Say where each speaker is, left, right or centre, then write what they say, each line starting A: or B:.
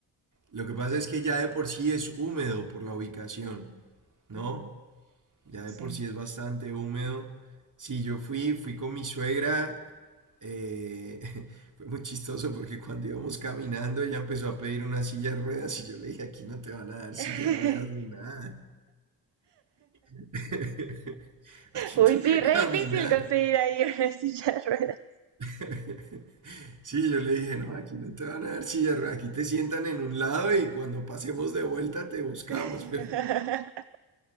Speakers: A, on the right; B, on the right.
A: Lo que pasa es que ya de por sí es húmedo por la ubicación, ¿no?
B: Ujú.
A: Ya de
B: Sí.
A: por sí es bastante húmedo. Sí, yo fui, fui con mi suegra. eh, <laughs> fue muy chistoso porque cuando íbamos caminando ella empezó a pedir una silla de ruedas y yo le dije, aquí no te van a dar
B: <laughs>
A: silla de ruedas ni nada. <laughs> Aquí
B: Uy,
A: toca
B: sí, re
A: caminar.
B: difícil conseguir ahí <laughs> una silla de ruedas.
A: <laughs> Sí, yo le dije, no, aquí no te van a dar silla de ruedas, aquí te sientan en un lado y cuando pasemos de vuelta te buscamos,
B: <laughs>
A: <laughs> pero